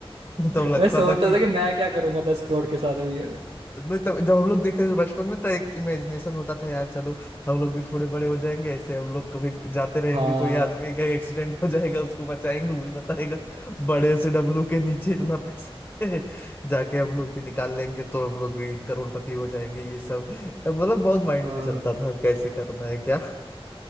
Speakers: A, on the left; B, on the right.
A: तब लगता
B: मैं सोचता
A: था कि
B: था कि मैं क्या करूंगा दस करोड़ के साथ अभी
A: मैं तब जब हम लोग देखते थे बचपन में तो एक इमेजिनेशन होता था यार चलो हम लोग भी थोड़े बड़े हो जाएंगे ऐसे हम लोग कभी जाते रहेंगे
B: हाँ
A: कोई आदमी का एक्सीडेंट हो जाएगा उसको बचाएंगे वो भी बताएगा
B: <laughs>
A: बड़े से डब्लू के नीचे इतना पैसा है जाके हम लोग भी निकाल लेंगे तो हम लोग भी करोड़पति हो जाएंगे ये सब मतलब बहुत माइंड
B: हाँ
A: में चलता था कैसे करना है क्या